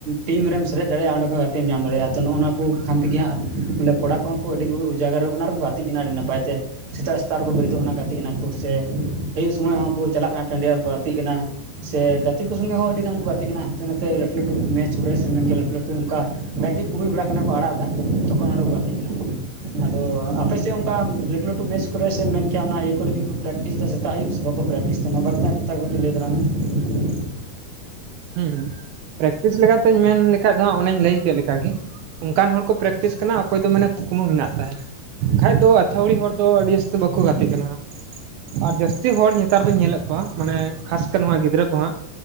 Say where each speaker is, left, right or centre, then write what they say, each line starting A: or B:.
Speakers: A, on the right (about 45°); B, on the right (about 80°).
A: ᱴᱤᱢ ᱨᱮᱢ ᱥᱮᱞᱮᱫ ᱫᱟᱲᱮᱭᱟᱜᱼᱟ ᱚᱸᱰᱮ ᱠᱷᱚᱡ ᱛᱮᱢ ᱧᱟᱢ ᱫᱟᱲᱮᱭᱟᱜᱼᱟ ᱛᱚ ᱱᱚᱜᱱᱚᱣᱟ ᱠᱩ ᱠᱷᱟᱱ ᱛᱮᱜᱮ ᱦᱟᱸᱜ ᱠᱚᱲᱟ ᱠᱚᱦᱚᱸ ᱠᱚ ᱟᱹᱰᱤ ᱠᱚ ᱡᱟᱜᱟᱨᱚᱜ ᱠᱟᱱᱟ ᱟᱨᱠᱚ ᱜᱟᱛᱮᱜ ᱠᱟᱱᱟ ᱟᱹᱰᱤ ᱱᱟᱯᱟᱭ ᱛᱮ᱾ ᱥᱮᱛᱟᱜ ᱥᱮᱛᱟᱜ ᱨᱮᱠᱚ ᱵᱮᱨᱮᱫᱚᱜ ᱜᱟᱛᱮᱜ ᱠᱟᱱᱟ ᱠᱚ ᱥᱮ ᱟᱹᱭᱩᱵ ᱥᱚᱢᱚᱭ ᱦᱚᱸᱠᱚ ᱪᱟᱞᱟᱜ ᱠᱟᱱᱟ ᱴᱟᱺᱰᱤ ᱟᱨ ᱠᱩ ᱜᱟᱛᱮᱜ ᱠᱟᱱᱟ᱾ ᱥᱮ ᱜᱟᱛᱮ ᱠᱚ ᱥᱚᱸᱜᱮ ᱦᱚᱸ ᱟᱹᱰᱤᱜᱟᱱ ᱠᱚ ᱜᱟᱛᱮᱜ ᱠᱟᱱᱟ ᱦᱟᱱᱛᱮ ᱱᱟᱛᱮ ᱞᱟᱹᱴᱩ ᱞᱟᱹᱴᱩ ᱢᱮᱪ ᱠᱚᱨᱮ ᱥᱮ ᱞᱟᱹᱴᱩ ᱞᱟᱹᱴᱩ ᱚᱝᱠᱟ ᱠᱟᱹᱴᱤᱡ ᱦᱩᱭ ᱵᱟᱲᱟᱜ ᱠᱟᱱᱟ ᱠᱚ ᱟᱲᱟᱜ ᱮᱫᱟ ᱛᱚᱠᱷᱚᱱ ᱚᱸᱰᱮ ᱠᱚ ᱜᱟᱛᱮᱜ ᱠᱟᱱᱟ᱾ ᱟᱫᱚ ᱟᱯᱮᱥᱮᱫ ᱚᱝᱠᱟ ᱞᱟᱹᱴᱩ ᱞᱟᱹᱴᱩ ᱢᱮᱪ ᱠᱚᱨᱮ ᱥᱮ ᱢᱮᱱ ᱠᱮᱭᱟ ᱚᱱᱟ ᱤᱭᱟᱹ ᱠᱚ ᱞᱟᱹᱜᱤᱫ ᱠᱚ ᱯᱨᱮᱠᱴᱤᱥ ᱮᱫᱟ ᱥᱮ ᱥᱮᱛᱟᱜ ᱟᱹᱭᱩᱵ ᱥᱮ ᱵᱟᱠᱚ ᱯᱨᱮᱠᱴᱤᱥ ᱵᱟᱨ <inaudible>
B: ᱦᱩᱸ ᱦᱩᱸ ᱯᱨᱮᱠᱴᱤᱥ ᱞᱮᱠᱟᱛᱤᱧ ᱢᱮᱱ ᱞᱮᱠᱷᱟᱡ ᱫᱚ ᱦᱟᱸᱜ ᱚᱱᱮᱧ ᱞᱟᱹᱭ ᱠᱮᱫ ᱞᱮᱠᱟᱜᱮ ᱚᱱᱠᱟᱱ ᱦᱚᱲ ᱠᱚ ᱯᱨᱮᱠᱴᱤᱥ ᱠᱟᱱᱟ ᱚᱠᱚᱭ ᱫᱚ ᱢᱟᱱᱮ ᱠᱩᱠᱢᱩ ᱢᱮᱱᱟᱜ ᱛᱟᱭ ᱵᱟᱠᱷᱟᱡ ᱫᱚ ᱟᱹᱛᱷᱟᱣᱲᱤ ᱦᱚᱲ ᱫᱚ ᱟᱹᱰᱤ ᱵᱟᱠᱚ ᱜᱟᱛᱮᱜ ᱠᱟᱱᱟ ᱦᱟᱸᱜ ᱟᱨ ᱡᱟᱹᱥᱛᱤ ᱦᱚᱲ ᱱᱮᱛᱟᱨ ᱫᱩᱧ ᱧᱮᱞᱮᱫ ᱠᱚᱣᱟ ᱢᱟᱱᱮ ᱠᱷᱟᱥ ᱛᱮ ᱱᱚᱣᱟ ᱜᱤᱫᱽᱨᱟᱹ ᱠᱚ ᱦᱟᱸᱜ